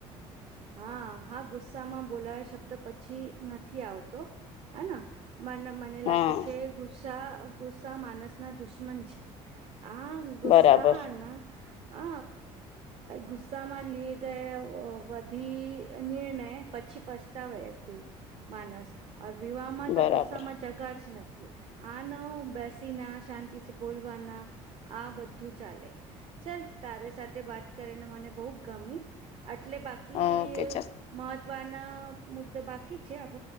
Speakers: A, on the right; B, on the left.
A: હા હા ગુસ્સામાં બોલાયો શબ્દ પછી નથી આવતો હેના મ મ
B: હા
A: લાગે છે ગુસ્સા ગુસ્સા માનસ ના દુશ્મન છે આ ગુસ્સા
B: બરાબર
A: ના હ ગુસ્સામાં લઈ ગયા બી નિર્ણય પછી પસ્તાવેી માનસ ર વિવાહ માં
B: બરાબર
A: તો ગુસ્સામાં જગ જ નથી આ ન બેસી ના શાંતિ બોલવાના આ બધું ચાલે ચલ તારે સાથે વાત કરીને મને બહ ગમી એટલે બાકી
B: હા ઓકે ચાલ
A: મહત્વના મુદ્દો બાકી છે છે આપ